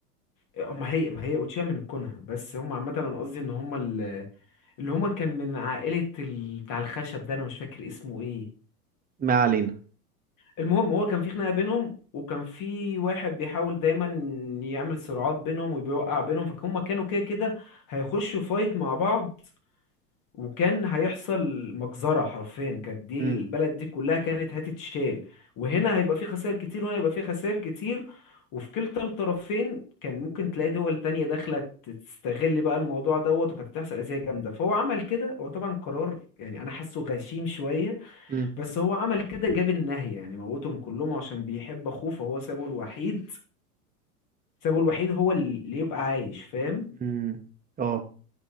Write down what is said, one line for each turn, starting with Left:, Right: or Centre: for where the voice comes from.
Left: آه، ما هي ما هي اوتشيها من الكونها بس هم عامه انا قصدي ان هم ال- اللي هم كان من عائله ال... بتاع الخشب ده انا مش فاكر اسمه ايه
Right: ما علينا
Left: المهم هو كان في خناقة بينهم وكان في واحد بيحاول دايما يعمل صراعات بينهم وبيوقع بينهم فهم كانوا كده كده هيخشوا فايت مع بعض وكان هيحصل مجزرة حرفيا كانت دي
Right: امم
Left: البلد دي كلها كانت هتتشال وهنا هيبقى في خسائر كتير وهنا هيبقى في خسائر كتير وفي كلتا الطرفين كان ممكن تلاقي دول تانية داخلة تستغل بقى الموضوع دوت وكانت بتحصل أذية جامدة فهو عمل كده هو طبعا قرار يعني أنا حاسه غشيم شوية
Right: امم
Left: بس هو عمل كده جاب النهي يعني موتهم كلهم عشان بيحب اخوه فهو سابه الوحيد سابه الوحيد هو اللي يبقى عايش فاهم
Right: امم اه